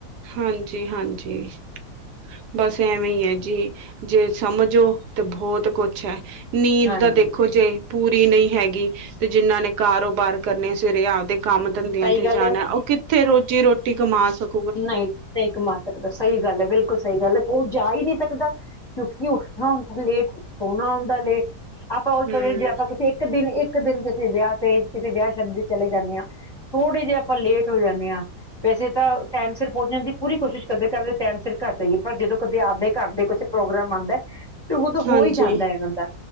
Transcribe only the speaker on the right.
ਹਾਂਜੀ-ਹਾਂਜੀ ਬਸ ਐਵੇਂ ਈ ਐ ਜੀ। ਜੇ ਸਮਝੋ ਤੇ ਬੋਤ ਕੁਛ ਐ, ਨੀਂਦ
ਦਾ ਦੇਖੋ ਜੇ ਪੂਰੀ ਨਈਂ ਹੈਗੀ ਤੇ ਜਿੰਨਾਂ ਨੇ ਕਾਰੋਬਾਰ ਕਰਨੇ ਸਵੇਰੇ ਆਪਦੇ ਕੰਮ ਧੰਦਿਆਂ
ਤੇ
ਜਾਨੈ
ਓ ਕਿੱਥੇ ਰੋਜ਼ੀ ਰੋਟੀ ਕਮਾ ਸਕ
ਹਮ
ਹਾਂਜੀ